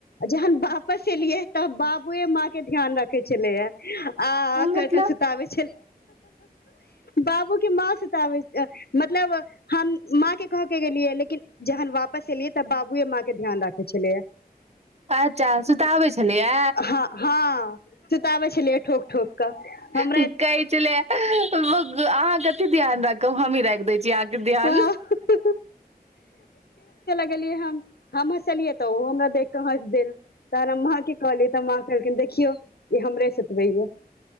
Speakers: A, on the left (about 80°); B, on the right (about 40°).
A: जहन वापस एलियै तऽ बाबुए माँ के ध्यान रख ठीक छेलैए। आ-आ-आ
B: मतलब
A: कऽ कऽ सुताबै छेल बाबूके माँ सुताबै अ, मतलब हम माँ के कह के गेलियै लेकिन जहन वापस एलियै तऽ बाबू बुए माँ के ध्यान राखै छलैए,
B: अच्छा सुताबै छलैया
A: हँ-हँ सुताबै छलियै ठोक-ठोक कऽ। हम
B: हूँ, कहै छलैयऽ <unintelligible> अहाँ कते ध्यान राखब हमी रैख दै छी। जे अहाँक ध्यान
A: हँ खेलियै हम, हम हँसलियै तऽ ओहो हमरा देख के हँस देल। तऽ रम्भा कि कहलियै तऽ माँ कहलखिन देखियौ ई हमरे सुतबैयऽ।